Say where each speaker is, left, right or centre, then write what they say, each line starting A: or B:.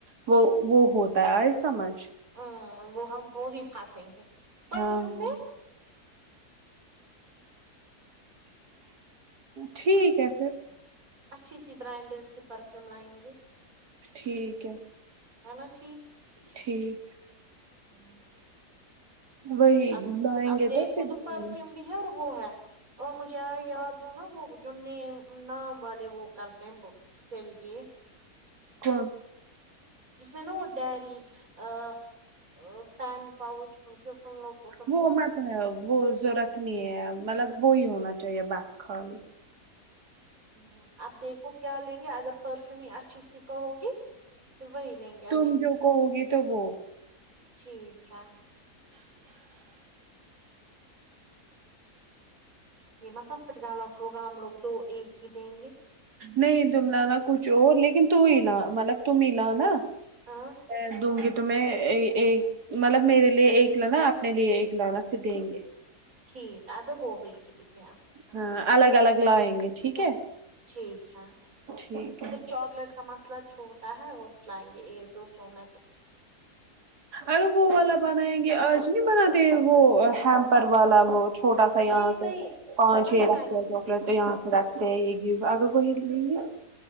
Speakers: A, on the right; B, on the right.
A: وہ وہ ہوتا ہے آ سمجھ
B: ہ وہ ہم وہ ہی پھاسیں گے
A: ہاں
B: پرفیوم دے
A: ٹھیک ہے پھر
B: اچھی سی برانڈیڈ سی پرفیوم لائیں گے
A: ٹھیک ہے
B: ہے نا ٹھیک
A: ٹھیک
B: ہم
A: وہی
B: اب
A: لائیں
B: اب
A: گے
B: دیکھو
A: تو پھر
B: تم
A: دیں
B: پرفیوم
A: گے
B: بھی ہے اور وہ ہے اور مجھے ا یاد ہو نا وہ جو نے نام والے وہ کرتے ہیں بک سل یہ
A: کون
B: جس میں نا وہ ڈیری پا پین پاؤچ کی تملوگ کو
A: وہ مت ا وہ ضرورت نہیں ہے مطلب وہی ہونا چاہیے بس خلی
B: ہوں اب دیکھو کیا لیں گے اگر پرفیوم ہی اچھی سی کا ہوگی پھر وہی لیں گے اچھی
A: تم جو
B: سے
A: کہو گی تو وہ
B: ٹھیک ہے یہ مطلب پھر غلط ہوگا ہم لوگ تو ایک ہی دیں گے
A: نہیں تم لانا کچھ اور لیکن تو ہی لا مطلب تم ہی لا نا
B: ہاں
A: می دونگی میں ایک ایک مطلب میرے لیے ایک لانا اپنے لیے ایک لانا پھر دیں گے
B: ٹھیک وہ بھی ٹھیک ہے
A: ہاں الگ الگ لائیں گے ٹھیک ہے
B: ٹھیک ہے
A: ٹھیک ہے
B: پھر چاکلیٹ کا مسئلہ چھوٹا ہے وہ پلائیں گے ایک دو سو میں تو
A: اگر وہ والا بنائیں گے آج نہیں بناتے وہ ہیمپر والا وہ چھوٹا سا
B: وہی
A: یہاں سے
B: وہی
A: پانچ
B: وہی
A: چھ رستے
B: میں
A: جو تو یہاں سے رکھتے ہیں یہ آگے وہ ہلیں گے